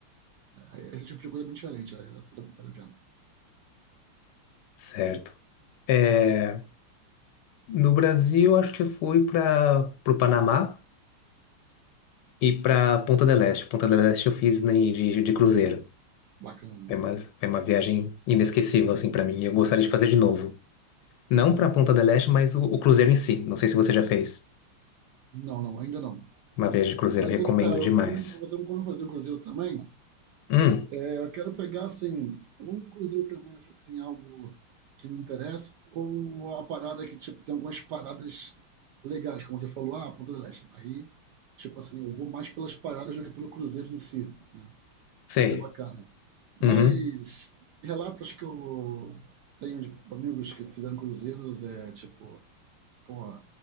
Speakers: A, on the right; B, on the left.
A: É, Esse tipo de coisa é bem diferente, é, é- vale a pena.
B: Certo. É, no Brasil, acho que eu fui para o Panamá e para Ponta del Este. Ponta del Este eu fiz ne- de, de cruzeiro.
A: Bacana.
B: Foi uma, foi uma viagem inesquecível, assim, para mim. E eu gostaria de fazer de novo. Não para Ponta del Este, mas o, o cruzeiro em si. Não sei se você já fez
A: Não, não, ainda não.
B: uma viagem de cruzeiro.
A: Mas
B: Recomendo
A: é que tá, eu
B: demais.
A: pretendo fazer um, quando eu fazer um cruzeiro também,
B: Hum,
A: É, Eu quero pegar, assim, um cruzeiro temático que tem algo que me interessa, ou uma parada que, tipo, tem algumas paradas legais, como você falou, ah, Ponta do Leste. Aí, tipo assim, eu vou mais pelas paradas do que pelo cruzeiro em si, né?
B: sei.
A: Seria bacana. Mas
B: Uhum.
A: relatos que eu tenho de amigos que fizeram cruzeiros é, tipo, porra,